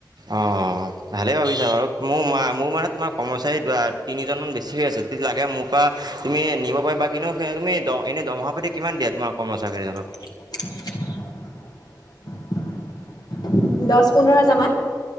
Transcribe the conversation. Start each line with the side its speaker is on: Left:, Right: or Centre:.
Right: অঁ ভালেই ভাবিছা বাৰু মোৰ মা <unintelligible> মোৰ মানে তোমাৰ কৰ্মচাৰী <unintelligible> তিনিজনমান বেছি হৈ আছে। যদি লাগে মোৰ পৰা তুমি নিব পাৰিবা। <unintelligible> কিন্তু তুমি দ <unintelligible> এনেই দৰমহা পাতি কিমান দিয়া তোমাৰ কৰ্মচাৰীকেইজনক? <inaudible>
Left: <unintelligible> দহ-পোন্ধৰ হাজাৰ মান।